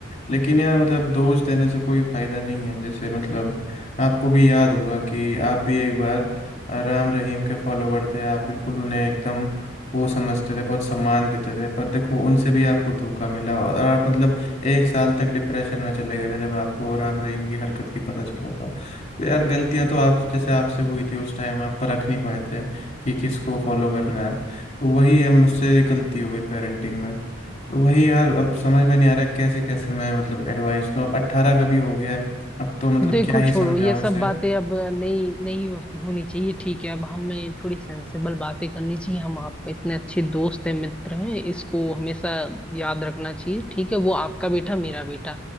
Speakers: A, on the left; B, in the centre.
A: लेकिन यार मतलब दोष देने से कोई फायदा नहीं है जैसे मतलब आपको भी याद होगा कि आप भी एक बार अ, राम रहीम के फॉलोवर थे आप बिल्कुल उन्हें एकदम वो समझते थे बहुत सम्मान देते थे पर देखो उनसे भी आपको धोखा मिला और आप मतलब एक साल तक डिप्रेशन में चले गए थे जब आपको राम रहीम की हरकत की पता चला था तो यार गलतियां तो आप जैसे आपसे हुई थी उस टाइम आप परख नहीं पाए थे कि किसको फॉलो करना है तो वही है मुझसे गलती हो गई पेरेंटिंग में तो वही यार अब समझ में नहीं आ रहा है कैसे कैसे मैं मतलब एडवाइस लूँ अब अट्ठारह का भी हो गया है अब तो मतलब
B: देखो
A: क्या ही
B: छोड़ो
A: समझाऊं
B: ये सब
A: इसे
B: बातें अब नहीं नहीं हो, होनी चाहिए ठीक है अब हमें थोड़ी सेंसिबल बातें करनी चाहिए हम आप इतने अच्छे दोस्त हैं मित्र हैं इसको हमेशा याद रखना चाहिए ठीक है वो आपका बेटा मेरा बेटा